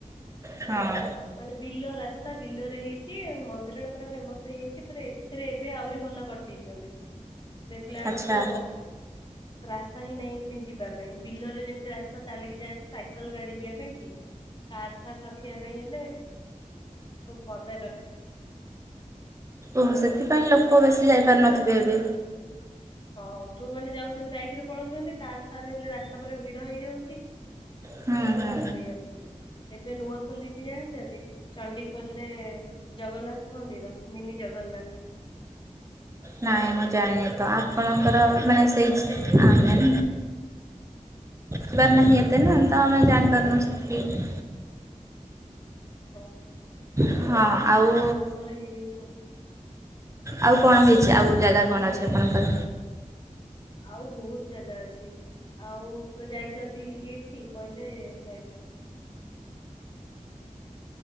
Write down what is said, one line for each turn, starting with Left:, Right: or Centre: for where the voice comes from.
Right: ହଁ।
Left: ମାନେ ବିଲ ରାସ୍ତା ବିଲରେ ହେଇଛି ମନ୍ଦିର ଟା ପୁରା ଫେମସ ହେଇଯାଇଛି ପୁରା ଏଥିରେ ଏବେ ଆହୁରି ଭଲ କରି ଦେଇଛନ୍ତି। ଦେଖିଲା
Right: ଆଚ୍ଛା
Left: ବେଳକୁ ରାସ୍ ସ୍ତା ହିଁ ନାହିଁ କେହି ଯିବା ପାଇଁ ବିଲରେ ଯେମିତି ରାସ୍ତା ଚାଲିକି ଯାଆନ୍ତି ସାଇକେଲ ଗାଡି ଯିବା ପାଇଁ ଠିକ କାର ଫାର ରଖିବା ପାଇଁ ହେଲେ ପଦା ର
Right: ଓହୋ ସେଥିପାଇଁ ଲୋକ ବେଶୀ ଯାଇପାରୁନଥିବେ ଏବେ?
Left: ହଁ ଯୋଉମାନେ ଯାଉଛନ୍ତି ବାଇକ ରେ ପଳଉଛନ୍ତି କାର ଫାର ହେଲେ ରାସ୍ତା ପୁରା ଭିଡ ହେଇଯାଉଛି। ସେଇ
Right: ହୁଁ ହୁଁ।
Left: ଆସିବେ। ଏବେ ନୂଆ ଖୋଲିଛି ଜାଣିଛନ୍ତି ଚଣ୍ଡି ଖୋଲରେ ଜଗନ୍ନାଥ ମନ୍ଦିର ମିନି ଜଗନ୍ନାଥ
Right: ନାଇଁ ମୁଁ ଜାଣିନି ତ ଆପଣଙ୍କର ମାନେ ସେଇ
Left: ଏବେ ଖୋଲି
Right: ଆମେ
Left: ଦେଇଛି
Right: ଯିବାର
Left: ହଁ
Right: ନାହି ଏତେ ନା ତ ଆମେ ଜାଣିପାରୁନ ସେତିକି
Left: ଓହୋ।
Right: ହଁ ଆଉ
Left: ଆମର ହେଇନ
Right: ଆଉ କଣ
Left: କହୁନାହାନ୍ତି
Right: ହେଇଛି ଆଉ ଜାଗା କଣ ଅଛି ଆପଣଙ୍କର?
Left: ଆଉ ବହୁତ ଜାଗା ଅଛି ଆଉ ଯାଇଛନ୍ତି ଏଇଠି କହିଲେ ରଇଥା?